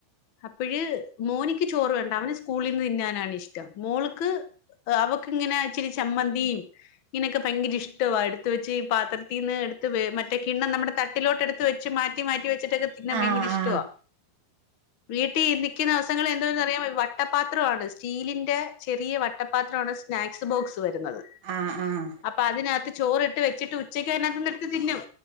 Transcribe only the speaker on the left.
അപ്പിഴ്. മോനിക്ക് ചോറ് വേണ്ട അവന് സ്കൂളിൽന്ന് തിനാനാണിഷ്ട്ടം മോൾക്ക് അവക്ക് ഇങ്ങനെ ച്ചിരി ചമ്മന്തീം ഇങ്ങനൊക്കെ ഭയങ്കര ഇഷ്ട്ടവാ എട്- ത്ത് വെച്ച് ഈ പാത്രത്തീന്ന് എടുത്ത് വേ മറ്റേ കിണ്ണം നമ്മടെ തട്ടിലോട്ട്ടുത്ത് വെച്ച് മാറ്റി മാറ്റി വെച്ചട്ട്. ക്കതിന്നാൻ
ഭയങ്കര
ഇഷ്ട്ട
വാ വീട്ടി ന്നിക്കുന്ന ദിവസങ്ങളി എന്തോന്നറിയാമൊ ഇ വട്ടപാത്രവാണ് സ്റ്റീലിന്റെ ചെറിയ വട്ടപാത്രാണ് സ്- സ്നാക്സ് ബോക്സ് വരുന്നത്.
അപ്പ അതിനകത്ത് ചോറിട്ട് വെച്ചിട്ട് ഉച്ചക്ക് അയ്നകത്ത്ന്ന് എടുത്ത് തിനും